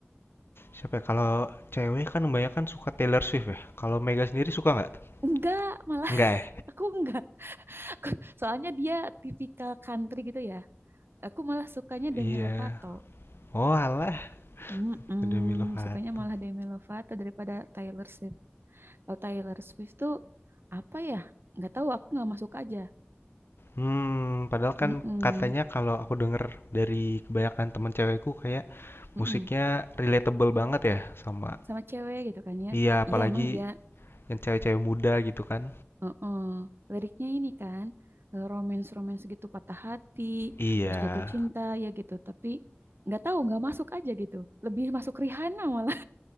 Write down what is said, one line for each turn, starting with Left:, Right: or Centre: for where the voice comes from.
Left: Siapa ya? Kalau cewek kan kebanyakan suka Taylor Swift ya. Kalau Mega sendiri suka nggak tuh?
Right: Enggak, malah
Left: Nggak ya?
Right: <laughs> aku enggak. Aku- Soalnya dia tipikal country gitu ya. Aku malah sukanya
Left: Iya.
Right: Demi Lovato.
Left: Oh alah,
Right: Mm-mm,
Left: Demi Lovato.
Right: Sukanya malah Demi Lovato daripada Taylor Swift. Kalau Taylor Swift tuh apa ya? Nggak tahu, aku nggak masuk aja.
Left: Hmm, padahal
Right: Mm-mm,
Left: kan katanya kalau aku denger dari kebanyakan temen cewekku kayak
Right: mm-mm.
Left: musiknya relatable banget ya sama.
Right: Sama cewek gitu kan ya.
Left: Iya, apalagi
Right: Iya emang dia
Left: yang cewek-cewek muda gitu kan.
Right: uh-uh. Liriknya ini kan eh, romance-romance gitu patah hati,
Left: Iya.
Right: terus jatuh cinta ya gitu. Tapi nggak tahu, nggak masuk aja gitu. Lebih masuk Rihanna malah.